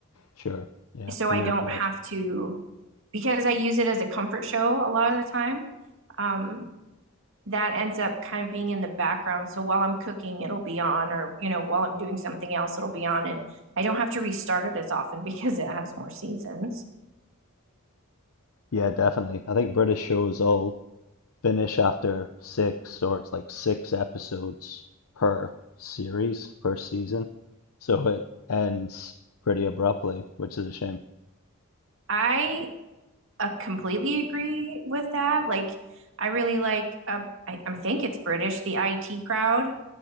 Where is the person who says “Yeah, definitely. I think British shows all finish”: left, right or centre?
Left